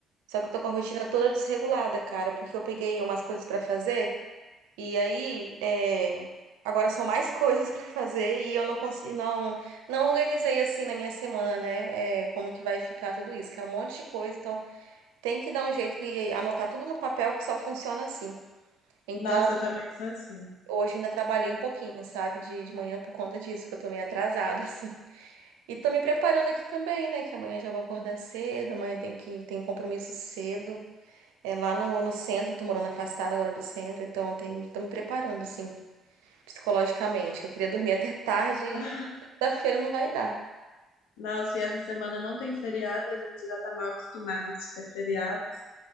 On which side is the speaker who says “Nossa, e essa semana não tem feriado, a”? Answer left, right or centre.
Left